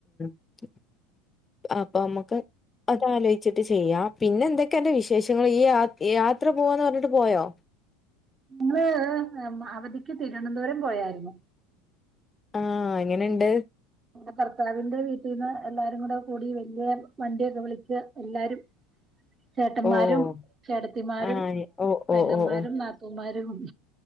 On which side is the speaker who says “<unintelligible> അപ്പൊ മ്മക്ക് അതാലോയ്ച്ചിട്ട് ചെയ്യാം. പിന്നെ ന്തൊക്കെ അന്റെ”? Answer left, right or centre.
Left